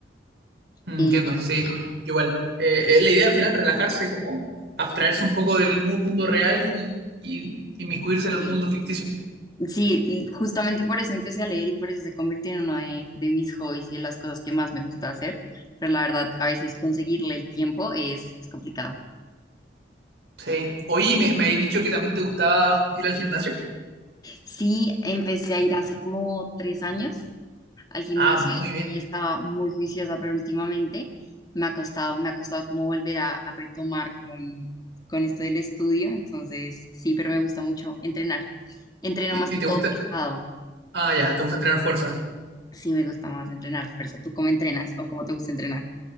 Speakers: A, on the right; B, on the left.
A: Mm,
B: Eh,
A: Entiendo, sí, no, yo igual. Eh, eh, la idea al final, relajarse, como abstraerse un poco del mundo real y, y inmiscuirse en
B: Sí,
A: el mundo ficticio.
B: sí, y justamente por eso empecé a leer y por eso se convirtió en uno de, de mis hobbies y en las cosas que más me gusta hacer. Pero la verdad, a veces conseguirle el tiempo es, es complicado.
A: Sí. Oye, me, me habéis dicho que también te gustaba ir al gimnasio.
B: Sí, empecé a ir hace como tres años al gimnasio
A: Ah, muy bien.
B: y, y estaba muy juiciosa, pero últimamente me ha costado, me ha costado como volver a, a retomar con, con esto del estudio. Entonces, sí, pero me gusta mucho entrenar. Entreno
A: ¿Y,
B: más que
A: y te
B: todo
A: gusta?
B: pesado.
A: Ah, ya, te gusta entrenar fuerza.
B: Sí, me gusta más entrenar fuerza. ¿Tú cómo entrenas o cómo te gusta entrenar?